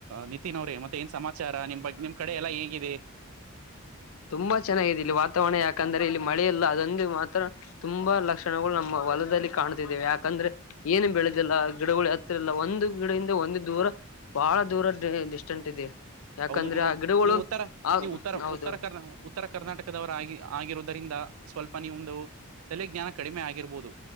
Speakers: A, on the right; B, on the left.
A: ನಿತಿನ್ ಅವ್ರೇ ಮತ್ತೆ ಏನ್ ಸಮಾಚಾರ ನಿಮ ಬಗ್ ನಿಮ್ ಕಡೆ ಎಲ್ಲಾ ಹೇಗಿದೆ?
B: ತುಂಬಾ ಚೆನ್ನಾಗಿದೆ ಇಲ್ಲಿ ವಾತಾವರಣ ಯಾಕಂದ್ರೆ ಇಲ್ಲಿ ಮಳೆ ಇಲ್ಲ ಅದೊಂದು ಮಾತ್ರ ತುಂಬಾ ಲಕ್ಷಣಗಳು ನಮ್ಮ ಹೊಲದಲ್ಲಿ ಕಾಣತಿದ್ದೇವೆ ಯಾಕಂದ್ರೆ ಏನು ಬೆಳೆದಿಲ್ಲ ಗಿಡಗೊಳು ಎತ್ತರ ಇಲ್ಲ ಒಂದು ಗಿಡದಿಂದ ಒಂದು ದೂರ ಬಹಳ ದೂರದ ಡಿಸ್ಟೆನ್ಸ್ ಇದೆ. ಯಾಕಂದ್ರೆ
A: ಹೌದು ನೀವು
B: ಆ ಗಿಡಗಳು
A: ನೀವು ಉತ್ತರ
B: ಆ
A: ನೀವು ಉತ್ತರ
B: ಹೌದು
A: ಉತ್ತರ ಕರ್ ಉತ್ತರ ಕರ್ನಾಟಕದವರ ಆಗಿ ಆಗಿರುವುದರಿಂದ ಸ್ವಲ್ಪ ನಿಂದು ತಲೆಜ್ಞಾನ ಕಡಿಮೆ ಆಗಿರ್ಬೋದು.